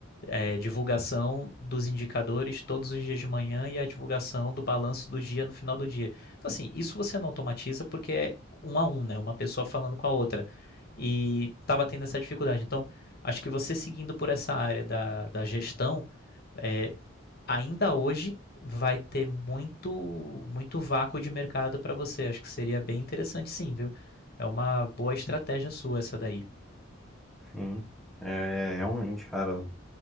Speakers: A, on the left (about 50°); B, in the centre.
A: é, divulgação dos indicadores todos os dias de manhã e a divulgação do balanço do dia no final do dia. Então, assim, isso você não automatiza porque é um a um, né? Uma pessoa falando com a outra. E estava tendo essa dificuldade. Então, acho que você seguindo por essa área da, da gestão, é, ainda hoje vai ter muito muito vácuo de mercado para você. Acho que seria bem interessante sim, viu? É uma boa estratégia sua essa daí.
B: Sim. É, realmente, cara,